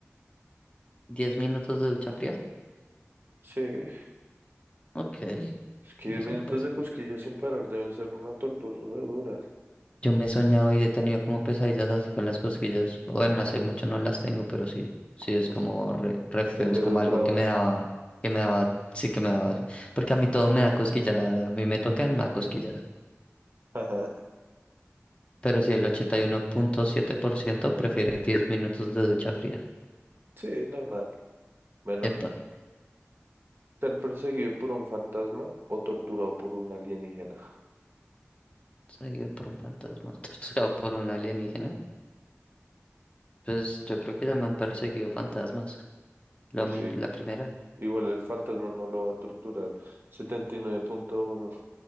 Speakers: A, on the left (about 25°); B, on the right (about 50°).
A: ¿10 minutos de ducha fría?
B: Sí, es
A: Ok,
B: que
A: vamos
B: 10 minutos
A: a ver porcentaje.
B: de cosquilla sin parar deben ser una tortura re dura.
A: Yo me he soñado y he tenido como pesadillas así con las cosquillas. Bueno, hace mucho no las tengo, pero sí, sí
B: <laughs>
A: es como re, re feo,
B: El
A: es
B: mero
A: como algo
B: trauma.
A: que me daba, que me daba, sí que me daba. así. Porque a mí todo me da cosquillas, la verdad, a mí me toca y me da cosquillas.
B: <laughs>
A: Pero si el ochenta y uno punto siete por ciento prefiere diez minutos de ducha fría.
B: Sí, normal. Bueno,
A: Epa,
B: ser perseguido por un fantasma o torturado por un alienígena.
A: seguido por un fantasma, <laughs> torturado por un alienígena. Pues yo creo que ya me han perseguido fantasmas. Lo
B: Pues
A: mi-
B: sí.
A: la primera,
B: Igual el fantasma no lo va a torturar. setenta y nueve punto uno